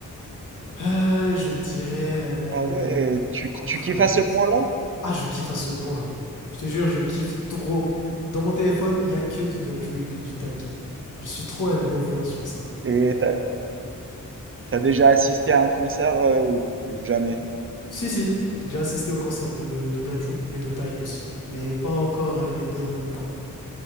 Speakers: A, on the left; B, on the right.
A: Euh, je dirais euh,
B: Ah ouais, tu,
A: Contra,
B: tu kiffes
A: je
B: à
A: pense.
B: ce point-là?
A: Ah, je kiffe à ce point. hein. Je te jure, je kiffe trop. Dans mon téléphone, il y a que du d'Adju et que du Tyke. Je suis trop un lover sur ça.
B: Et t'as, t'as déjà assisté à un concert euh, ou, ou jamais?
A: Si, si, j'ai déjà assisté au concert de, de Dajou et de Taïk aussi, mais pas encore euh, les deux en même temps.